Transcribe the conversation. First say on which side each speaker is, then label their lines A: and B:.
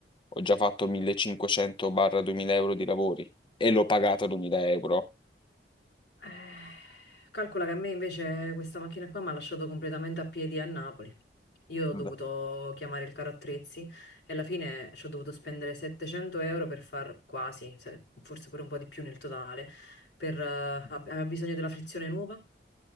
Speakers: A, on the left; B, on the left.
A: ho già fatto 1500-2000 euro di lavori e l'ho pagata 2000 euro.
B: Eh, calcola che a me invece questa macchina qua mi ha lasciato completamente a piedi a Napoli. Io ho
A: Vabbè.
B: dovuto chiamare il caro attrezzi e alla fine ci ho dovuto spendere 700 euro per far quasi, se- forse pure un po' di più nel totale, per, eh, ab- aveva bisogno della frizione nuova.